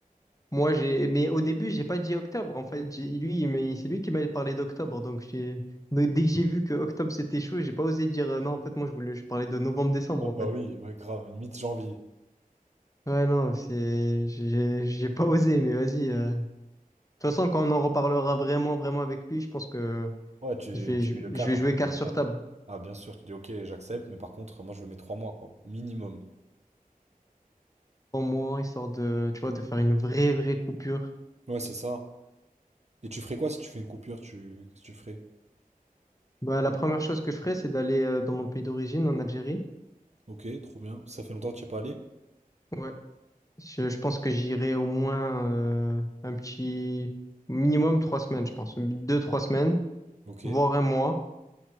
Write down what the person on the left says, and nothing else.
Moi, j'ai, mais au début, j'ai pas dit octobre. En fait, j'ai- lui, il m'a- c'est lui qui m'a parlé d'octobre. Donc, j'ai, donc, dès que j'ai vu que octobre, c'était chaud, j'ai pas osé dire, euh, non, en fait, moi, je voulais, je parlais de novembre-décembre,
en
fait.
Ouais, non, c'est, j'ai, j'ai pas osé, mais vas-y. euh. De toute façon, quand on en reparlera vraiment, vraiment avec lui, je pense que
je vais,
je,
je vais jouer
carte
sur
table.
Pour moi, histoire de, tu vois, de faire une vraie, vraie coupure.
Bah, la première chose que je ferai, c'est d'aller euh, dans mon pays d'origine, en Algérie.
Ouais. Je, je pense que j'irai au moins euh, un petit minimum trois semaines, je pense. Deux, trois semaines,
voire un mois,